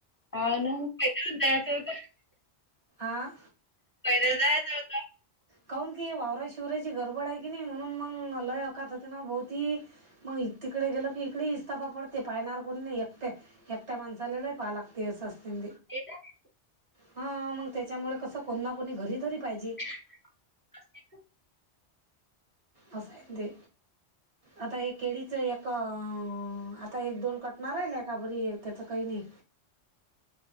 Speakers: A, on the left (about 20°); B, on the right (about 75°).
A: हा ना काही द्यायचं होत
B: आं
A: पैदल जायचं होतं
B: काून की वावरा शिवरायाची गडबड आहे की नाही म्हणून मग लय अकातते ना बहती मग तिकडे गेलं की इकडे इस्ताफा पडते पाहिणार कोणी नाही एकटे एक्ट मणसालेला पालक तसो असते
A: ठीक आहे
B: हा मग त्याच्यामुळे कसं कोण ना कोणी घरी तरी पाहिजे
A: <inaudible>
B: अस आहे ते. आता हे केळीचं एक आता एक दोन कटणार आहे का बरी त्याचं काही नाही.